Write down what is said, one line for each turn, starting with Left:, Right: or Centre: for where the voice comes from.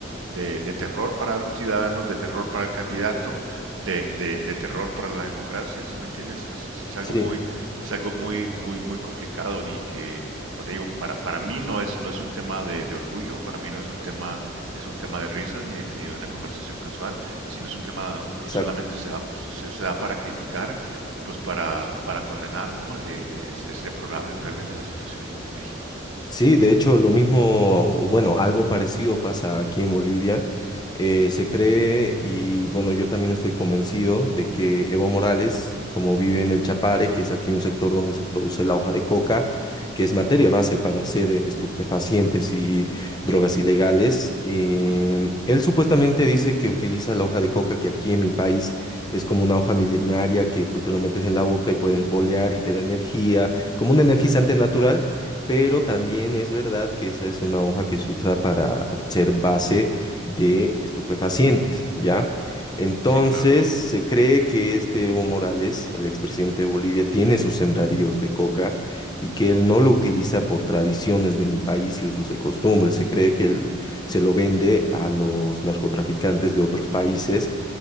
Right: de, de terror para los ciudadanos, de terror para el candidato, de, de- de terror para la democracia, ¿sí me entiendes? Entonces, es, es
Left: sí,
Right: algo muy, es algo muy, muy, muy complicado y que, como te digo, para, para mí no es, no es un tema de, de orgullo, para mí no es un tema, es un tema de risas ni ni de una conversación casual si no es un tema
Left: exacto.
Right: que solamente se da, se, se da para criticar y pues para, para condenar, ¿no? Eh, eh, es, es deplorable realmente la situación en, en México.
Left: Sí, de hecho, lo mismo, o bueno, algo parecido pasa aquí en Bolivia. Eh, se cree, y bueno, yo también estoy convencido de que Evo Morales, como vive en el Chapare, que es aquí un sector donde se produce la hoja de coca, que es materia base para hacer eh, estupefacientes y drogas ilegales, eh,
Right: Ujú,
Left: él supuestamente dice que utiliza la hoja de coca, que aquí en mi país es como una hoja milenaria que tú te lo metes en la boca y puedes bolear y te da energía, como un energizante
Right: ujú.
Left: natural pero también es verdad que esa es una hoja que se usa para ser base de estupefacientes, ¿ya? Entonces,
Right: Sí, claro.
Left: se cree que este Evo Morales, el expresidente de Bolivia, tiene sus sembradíos de coca y que él no lo utiliza por tradiciones de mi país y usos y costumbres. Se cree que él se lo vende a los narcotraficantes de otros países